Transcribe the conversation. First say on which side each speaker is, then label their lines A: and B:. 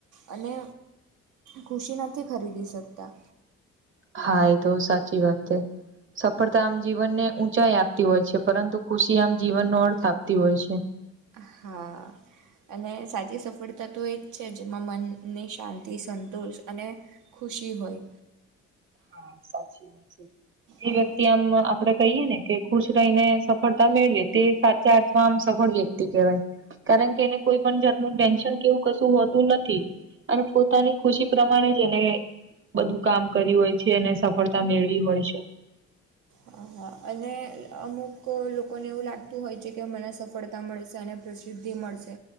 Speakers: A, on the right (about 80°); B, on the right (about 40°).
A: અને ખુશી નથી ખરીદી શકતા.
B: હા એ તો સાચી વાત છે સફળતા આમ જીવનને ઉંચાઈ આપતી હોય છે પરંતુ ખુશી આમ જીવનનો અર્થ આપતી હોય છે.
A: હા અને સાચી સફળતા તો એ જ છે જેમાં મનની શાંતિ સંતોષ અને ખુશી હોય
B: હા સાચી વાત છે. જે
A: અ
B: વ્યક્તિ આમ આપણે કહીએ ને કે ખુશ રહીને સફળતા મેળવીએ તે સાચા અથવા આમ સફળ વ્યક્તિ કેવાય કારણ કે એને કોઈ પણ જાતનું ટેન્શન કેવું? કશું હોતું નથી અને પોતાની ખુશી પ્રમાણે જ એને બધું કામ કર્યું હોય છે એને સફળતા મેળવી હોય છે.
A: હા હા અને અમુક લોકોને એવું લાગતું હોય છે કે મને સફળતા મળશે અને પ્રસિદ્ધિ મળશે